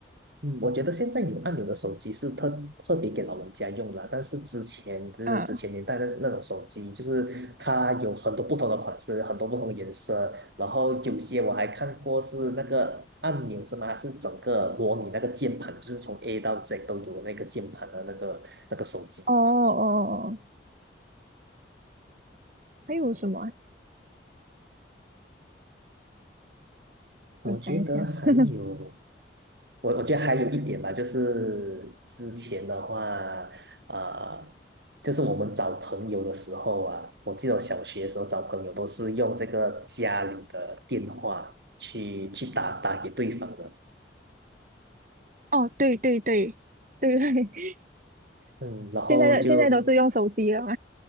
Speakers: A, on the right; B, on the right.
A: 嗯，我觉得现在有按钮的手机是特特别给老人家用的，但是之前就是之前年代的那种手机，
B: 啊。
A: 就是它有很多不同的款式，很多不同的颜色，然后有些我还看过是那个按钮是吗？它是整个模拟那个键盘，就是从 A 到 Z 都有的那个键盘的那个那个手机。
B: 哦哦，哦，还有什么啊
A: 我觉得还有，
B: 我想一想。<laughs>
A: 我我觉得还有一点吧，就是之前的话，呃，就是我们找朋友的时候啊，我记得我小学的时候找朋友都是用这个家里的电话去去打打给对方的，
B: 哦，对对对对对，
A: 嗯，
B: <laughs>
A: 然后就
B: 现在的现在都是用手机了嘛？